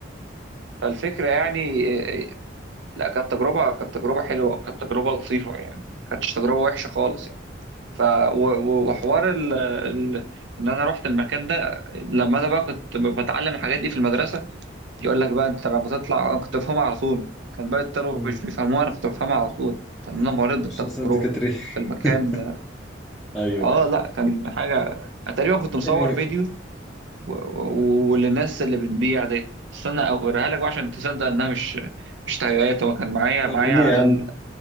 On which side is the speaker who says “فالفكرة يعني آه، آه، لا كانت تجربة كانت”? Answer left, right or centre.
Right